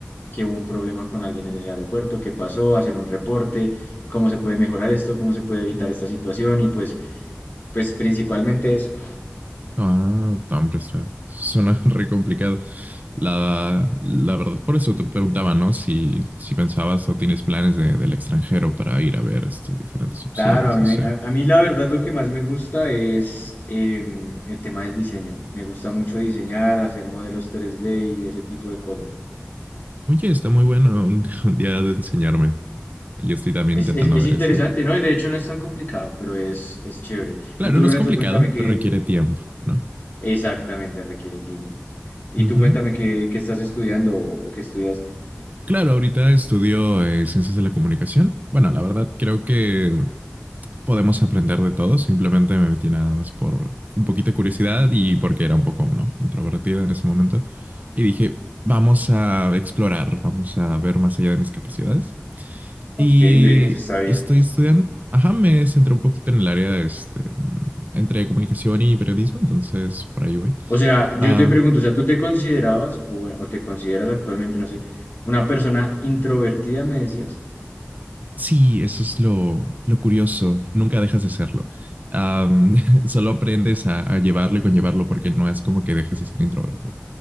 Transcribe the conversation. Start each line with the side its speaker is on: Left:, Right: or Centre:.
Left: que hubo un problema con alguien en el aeropuerto, qué pasó, hacer un reporte, cómo se puede mejorar esto, cómo se puede evitar esta situación y pues, pues principalmente eso.
Right: Ah, no, hombre, está, suena <laughs> re complicado. La, la verdad, por eso te preguntaba, ¿no? Si, si pensabas o tienes planes de, del extranjero para ir a ver este, diferentes opciones,
Left: Claro, a mí,
Right: no
Left: me-
Right: sé.
Left: a, a mí la verdad lo que más me gusta es em, el tema del diseño. Me gusta mucho diseñar, hacer modelos 3D y ese tipo de cosas.
Right: Oye, está muy bueno un, <laughs> un día de enseñarme. Yo estoy también
Left: Es,
Right: intentando
Left: es, es
Right: ver
Left: interesante,
Right: eso.
Left: ¿no? Y de hecho no es tan complicado, pero es, es chévere.
Right: Claro,
Left: Y tú,
Right: no es
Left: Renzo,
Right: complicado,
Left: cuéntame qué
Right: pero requiere tiempo, ¿no?
Left: exactamente requiere tiempo. Y
Right: Ujú.
Left: tú cuéntame qué, qué estás estudiando o qué estudiaste.
Right: Claro, ahorita estudio eh, ciencias de la comunicación. Bueno, la verdad creo que podemos aprender de todo. Simplemente me metí nada más por un poquito de curiosidad y porque era un poco, ¿no? introvertida en ese momento. Y dije, vamos a explorar, vamos a ver más allá de mis capacidades.
Left: Ok,
Right: Y
Left: bien, eso está bien.
Right: estoy estudiando. Ajá, me centré un poquito en el área este, entre comunicación y periodismo, entonces por ahí voy.
Left: O sea, yo
Right: Ah,
Left: te pregunto, o sea, ¿tú te considerabas o, bueno, o te consideras actualmente, no sé, una persona introvertida, me decías?
Right: Sí, eso es lo, lo curioso. Nunca dejas de serlo. Am, <laughs> solo aprendes a, a llevarlo y conllevarlo porque no es como que dejes de ser introvertido.